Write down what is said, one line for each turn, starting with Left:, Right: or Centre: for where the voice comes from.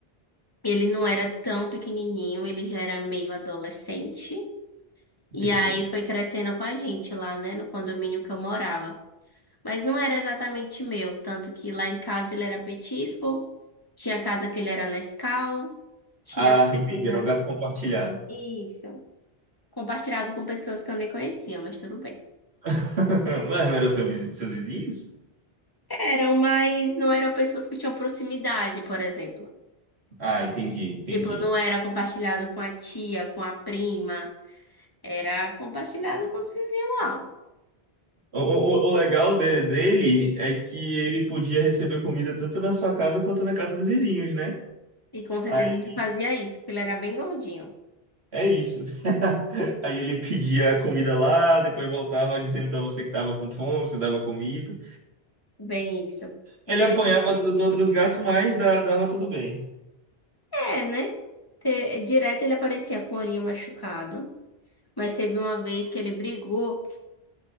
Left: ele não era tão pequenininho, ele já era meio adolescente.
Right: Entendi.
Left: E aí foi crescendo com a gente lá, né, no condomínio que eu morava. Mas não era exatamente meu, tanto que lá em casa ele era petisco, tinha casa que ele era Nescau, tinha
Right: Ah, entendi.
Left: casa.
Right: Era um gato compartilhado.
Left: Isso. compartilhado com pessoas que eu nem conhecia, mas tudo bem.
Right: <laughs> Mas não eram seu vizi- seus vizinhos?
Left: Eram, mas não eram pessoas que tinham proximidade, por exemplo.
Right: Ah, entendi, entendi.
Left: Tipo, não era compartilhado com a tia, com a prima, era compartilhado com os vizinhos lá.
Right: O, o, o legal de- dele é que ele podia receber comida tanto na sua casa quanto na casa dos vizinhos, né?
Left: E com certeza
Right: Aí
Left: ele fazia isso, porque ele era bem gordinho.
Right: é isso. <laughs> Aí ele pedia comida lá, depois voltava dizendo pra você que tava com fome, você dava comida.
Left: Bem isso. Mas
Right: Ele
Left: ele,
Right: apanhava dos outros gatos, mas da- dava tudo bem.
Left: é, né? Te- Direto ele aparecia com o olhinho machucado, mas teve uma vez que ele brigou